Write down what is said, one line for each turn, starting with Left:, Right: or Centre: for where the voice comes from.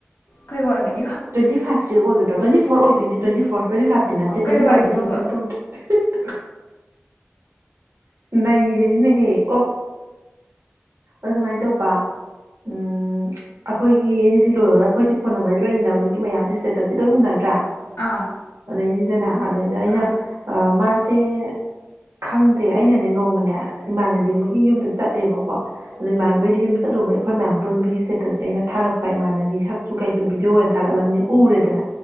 Left: ꯀꯩ ꯋꯥꯏ ꯅꯣ ꯑꯩ
Right: ꯇ꯭ꯋꯇꯤꯥꯏꯚꯁꯤ ꯑꯣꯏꯒꯗ꯭ꯔꯥ ꯇ꯭ꯋꯇꯤ ꯐꯣꯔ ꯑꯣꯏꯗꯣꯏꯅꯦ ꯇ꯭ꯋꯇꯤ ꯐ ꯇ꯭ꯋꯦꯟꯇꯤ ꯐꯥꯏꯚꯇ ꯅꯠꯇꯦ
Left: ꯑꯥ ꯀꯩ
Right: ꯇ꯭ꯋꯦꯟꯇꯤ
Left: ꯋꯥꯔꯤꯅꯣꯕ
Right: ꯐꯥꯏꯚꯇꯇꯤ ꯀꯦꯝ ꯇꯧꯗꯔ꯭ꯦ ꯅꯩꯔꯤꯅꯤꯅꯦꯍꯦ ꯑꯣ ꯑꯁꯨꯃꯥꯏꯅ ꯇꯧꯕ ꯎꯝ ꯑꯈꯣꯏꯒꯤ ꯑꯦꯟ ꯁꯤꯁꯤ ꯂꯣꯏꯔꯒ ꯑꯩꯈꯣꯏꯁꯤ ꯐꯣꯟ ꯅꯝꯕꯔꯁꯤ ꯂꯣꯏ ꯂꯩꯅꯕꯒꯤ ꯃꯌꯥꯝꯁꯦ ꯁꯇꯦꯇꯁꯤ ꯂꯣꯏ ꯎꯅꯗ꯭ꯔꯥ
Left: ꯑꯥ
Right: ꯑꯗꯨꯏꯅꯤꯗꯅ ꯑꯗꯨꯏꯗ ꯑꯩꯅ
Left: ꯑꯥ
Right: ꯃꯥꯁꯦ ꯈꯪ ꯗꯦ ꯑꯩꯅꯅꯦ ꯅꯣꯡꯃꯅꯦ ꯏꯃꯥꯟꯅꯕꯤ ꯑꯃꯒꯤ ꯌꯨꯝꯗ ꯆꯠꯂꯦꯕꯀꯣ ꯑꯗꯣ ꯏꯃꯥꯟꯅꯕꯤ ꯍꯣꯏꯗꯤ ꯌꯨꯝ ꯆ ꯆꯠꯂꯨꯕ ꯑꯩꯈꯣꯏ ꯃꯌꯥꯝ ꯄꯨꯟꯕꯒꯤ ꯁ꯭ꯇꯦꯇꯁꯦ ꯑꯩꯅ ꯊꯥꯒꯠꯄ ꯏꯃꯥꯟꯅꯒꯤ ꯁꯛꯁꯨ ꯀꯩꯁꯨ ꯕꯤꯗꯤꯑꯣ ꯑꯣꯏꯅ ꯊꯥꯒꯠꯂꯝꯅꯤ ꯎꯔꯦꯗꯅ